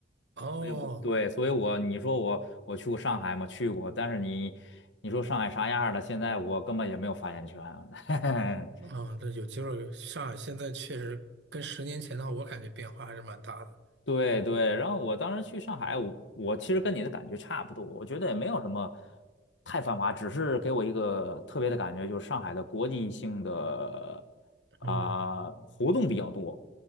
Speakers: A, on the right; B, on the left.
A: 哦。
B: 所以我对，所以我你说我我去过上海吗？去过，但是你你说上海啥样儿了？现在我根本也没有发言权，<laughs>
A: 嗯，对，有机会。上海现在确实跟十年前的话，我感觉变化还是蛮大的。
B: 对对，然后我当时去上海，我我其实跟你的感觉差不多，我觉得也没有什么太繁华，只是给我一个特别的感觉，就是上海的国际性的
A: 嗯
B: 啊、活动比较多